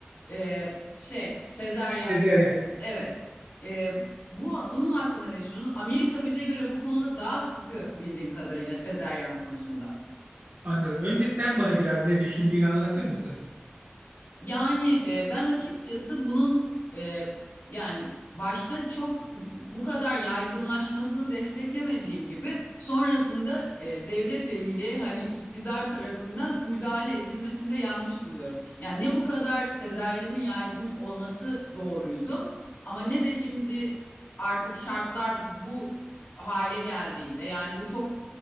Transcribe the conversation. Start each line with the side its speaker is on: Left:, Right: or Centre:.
Left: e, şey sezeryen
Right: Sezeryan.
Left: doğum. Evet. E, bu bunun hakkında ne düşünüyorsunuz? Amerika bize göre bu konuda daha sıkı bildiğim kadarıyla sezeryen konusunda.
Right: Anladım. Önce sen bana biraz ne düşündüğünü anlatır mısın?
Left: Yani e, ben açıkçası bunun e, yani başta çok bu kadar yaygınlaşmasını desteklemediğim gibi sonrasında e, devlet eliyle hani iktidar tarafından müdahale edilmesini de yanlış buluyorum. Yani ne bu kadar sezaryenin yaygın olması doğruydu ama ne de şimdi artık şartlar bu hale geldiğinde yani bu çok